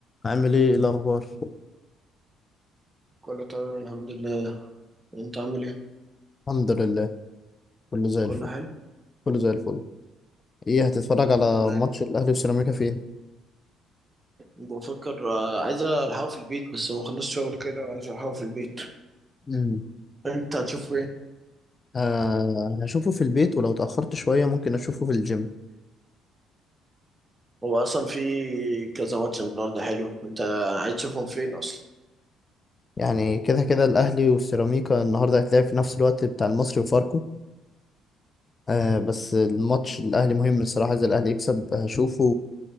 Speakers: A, on the left; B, on the right.
A: عامل ايه إيه الاخبار
B: كله تمام الحمد لله انت عامل ايه
A: الحمد لله كله زي
B: كله
A: الفل
B: حلو
A: كله زي الفل ايه هتتفرج
B: مم،
A: على
B: دايما
A: ماتش الاهلي وسيراميكا فين
B: بفكر آه، عايز الحقه في البيت بس ما خلصت شغل كده وعايز الحقه في البيت
A: مم.
B: انت هتشوف ايه
A: آه هشوفه في البيت ولو اتاخرت شويه ممكن اشوفه في الجيم
B: هو اصلا في كذا ماتش النهارده حلو انت عايز تشوفهم فين اصلا
A: يعني كده كده الاهلي والسيراميكا النهارده هيتلعب في نفس الوقت بتاع المصري وفاركو آه بس الماتش الاهلي مهم الصراحه اذا الاهلي يكسب هشوفه